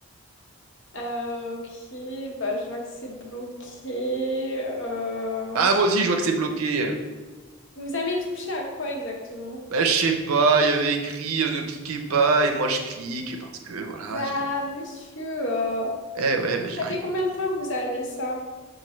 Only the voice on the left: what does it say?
Euh, ok, bah, je vois que c'est bloqué. Euh,
Vous avez touché à quoi exactement?
Bah,
monsieur, euh,
ça
fait
combien de temps que vous avez ça?